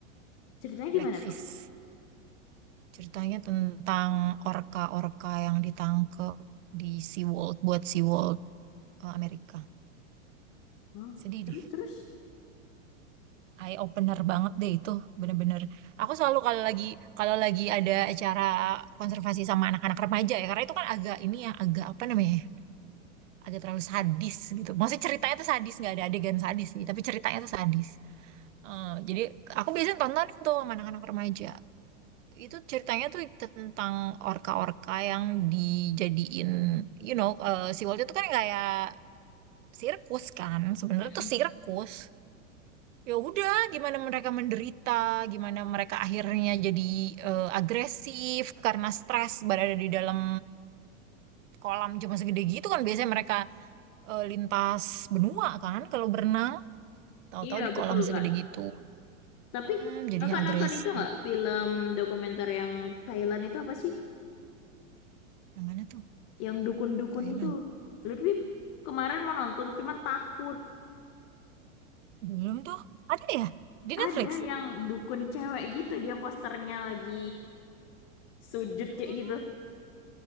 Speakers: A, on the left; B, on the right.
A: Ceritanya
B: Blackfish.
A: gimana tuh?
B: Ceritanya tentang orka-orka yang ditangkep di SeaWorld buat SeaWorld eh, Amerika.
A: Hmm,
B: Sedih
A: Terus
B: deh.
A: terus?
B: eye opener banget deh itu bener-bener aku selalu kalau lagi kalau lagi ada acara konservasi sama anak-anak remaja ya karena itu kan agak ini ya agak apa namanya ya, agak terlalu sadis gitu maksudnya ceritanya tuh sadis nggak ada adegan sadis sih tapi ceritanya tuh sadis Eh, jadi aku biasanya tontonin tuh sama anak-anak remaja itu ceritanya tuh tentang orka-orka yang dijadiin you know eh, si itu kan kayak sirkus kan sebenarnya
A: Mm-mm.
B: tuh sirkus ya udah gimana mereka menderita gimana mereka akhirnya jadi eh, agresif karena stres berada di dalam kolam cuma segede gitu kan biasanya mereka eh, lintas benua kan kalau berenang tahu-tahu
A: Iya,
B: di
A: betul,
B: kolam segede
A: Kak.
B: gitu
A: Tapi
B: Mm-mm, jadinya
A: kakak
B: agresif
A: nonton itu nggak film dokumenter yang Thailand itu apa sih?
B: yang mana tuh
A: Yang dukun-dukun
B: Thailand
A: itu. Lutfi kemarin mau nonton, cuman takut.
B: belum tuh ada ya di Netflix
A: Ada yang dukun cewek gitu, dia posternya lagi sujud
B: Oh,
A: kayak gitu.